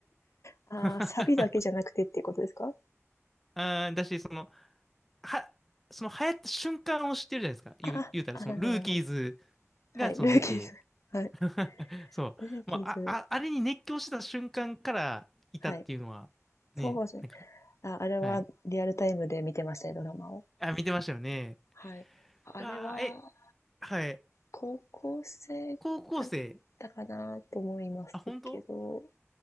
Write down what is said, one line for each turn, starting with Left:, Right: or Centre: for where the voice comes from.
Left: ああ、
Centre: <laughs>
Left: サビだけじゃなくてっていうことですか
Centre: あー、だし、その、は、その流行った瞬間を知ってるじゃないですか。言う、
Left: ああ、
Centre: 言うたら、
Left: あ、
Centre: その、
Left: なるほど、
Centre: ルーキーズ
Left: なるほど。はい。
Centre: が、その出て、
Left: ルーキーズ。<laughs> はい。
Centre: <laughs> そう。
Left: ルーキーズ。
Centre: まあ、あ、ああれに熱狂した瞬間からいたっていうのは、
Left: はい。そうですね。
Centre: ね、なんか、
Left: あ、あれはリアルタイムで見てましたね、
Centre: はい。
Left: ドラマを。
Centre: あ、見てましたよね。
Left: はい。あれは、
Centre: あー、え、はい。
Left: 高校生だったかなと思いますけど、
Centre: 高校生。あ、本当